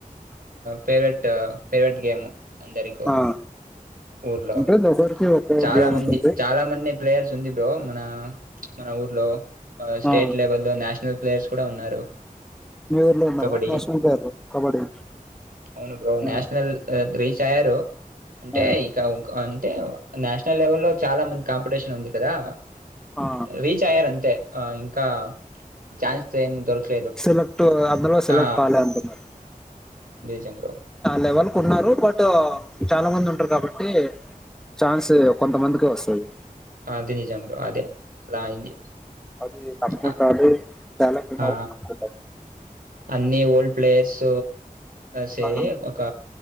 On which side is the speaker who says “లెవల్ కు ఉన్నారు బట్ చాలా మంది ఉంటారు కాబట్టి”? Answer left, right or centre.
Centre